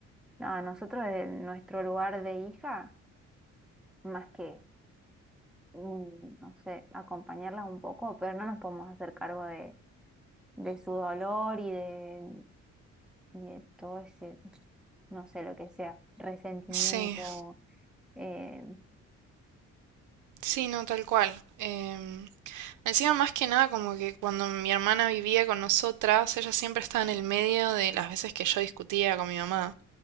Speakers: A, in the centre; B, on the right.
A: No, nosotros desde nuestro lugar de hija, más que, mm, no sé, acompañarlas un poco, pero no nos podemos hacer cargo de, de su dolor y de, y de todo ese, no sé, lo que sea, resentimiento,
B: sí,
A: eh,
B: sí, no, tal cual. Em, encima, más que nada, como que cuando mi hermana vivía con nosotras, ella siempre estaba en el medio de las veces que yo discutía con mi mamá.